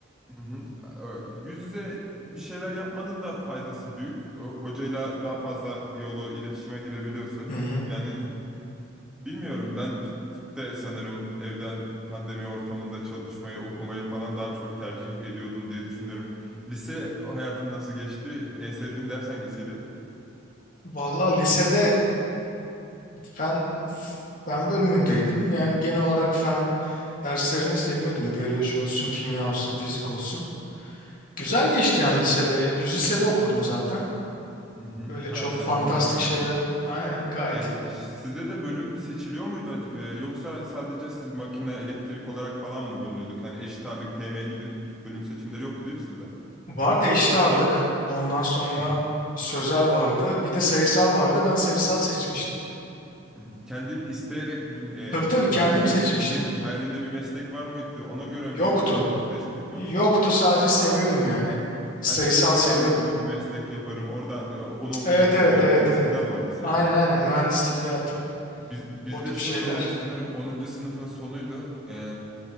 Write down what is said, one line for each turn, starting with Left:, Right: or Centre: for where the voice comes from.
Centre: Hı hı. Ee, Yüz yüze bir şeyler yapmanın da faydası büyük. O Hocayla daha fazla diyaloğa, iletişime girebiliyorsun.
Left: Hı hı.
Centre: Yani Bilmiyorum ben de sanırım evden pandemi ortamında çalışmayı, okumayı falan daha çok tercih ediyordum diye düşünüyorum. Lise hayatın nasıl geçti? En sevdiğin ders hangisiydi?
Left: Vallahi lisede fen fen bölümündeydim. Yani genel olarak fen derslerini seviyordum. Biyoloji olsun, kimya olsun, fizik olsun. Güzel geçti yani lisede. Düz lisede okudum zaten.
Centre: Hı hı.
Left: Böyle
Centre: Ha,
Left: çok
Centre: sen
Left: fantastik
Centre: düz lise mezunusun.
Left: şeyler. Aynen gayet
Centre: Şey, sizde de bölüm seçiliyor muydu ac- e, yoksa sadece siz makine, elektrik olarak falan mı bölünüyorduk? Yani eşit ağırlık, TM gibi bölüm seçimleri yoktu değil mi sizde?
Left: Vardı eşit ağırlık. Ondan sonra
Centre: Hı hı.
Left: sözel vardı. Bir de sayısal vardı. Ben sayısal seçmiştim.
Centre: Hı hı. Kendin isteyerek bu- e,
Left: Tabii tabii
Centre: hayalinde
Left: kendim seçmiştim.
Centre: bir meslek, hayalinde bir meslek var mıydı? Ona göre mi
Left: Yoktu.
Centre: e, seçtin yoksa?
Left: Yoktu sadece
Centre: Ama
Left: seviyordum yani. Sayısal
Centre: yani sayısal
Left: seviyordum.
Centre: ağırlıklı bir meslek yaparım. Oradan e, onu okumak
Left: Evet
Centre: istiyorum
Left: evet evet
Centre: gibisinden
Left: evet.
Centre: mi oldu senin
Left: Aynen
Centre: için?
Left: aynen mühendislik veya tıp
Centre: Biz, bizde
Left: o tip
Centre: şöyle
Left: şeyler.
Centre: oldu sanırım onuncu sınıfın sonuydu. E,